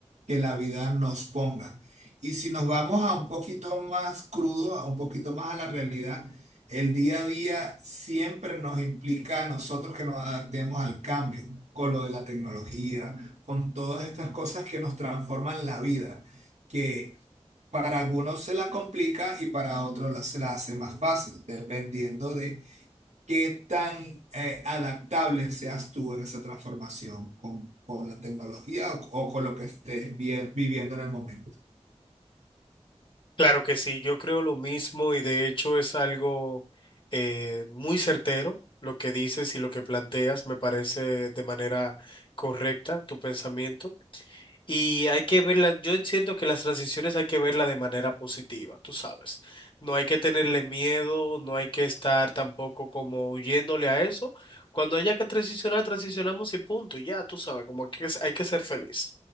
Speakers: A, on the right; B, on the left.
A: que la vida nos ponga. Y si nos vamos a un poquito más crudo, a un poquito más a la realidad, el día a día siempre nos implica a nosotros que nos adaptemos al cambio, con lo de la tecnología, con todas estas cosas que nos transforman la vida. que para algunos se la complica y para otros la- se la hace más fácil, dependiendo de qué tan eh, adaptable seas tú en esa transformación con, con la tecnología o, o con lo que estés vi- viviendo en el momento.
B: Claro que sí, yo creo lo mismo y de hecho es algo eh, muy certero lo que dices y lo que planteas, me parece de manera correcta tu pensamiento. Y hay que verla, yo siento que las transiciones hay que verla de manera positiva, tú sabes. No hay que tenerle miedo, no hay que estar tampoco como huyéndole a eso. Cuando haya que transicionar, transicionamos y punto, y ya, tú sabes, como que es- hay que ser feliz.